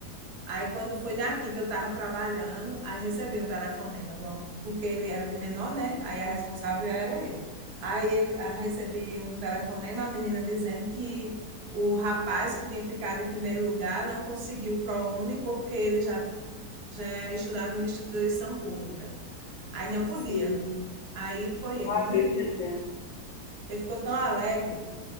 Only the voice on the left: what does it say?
sim.
Ah,
tô entendendo,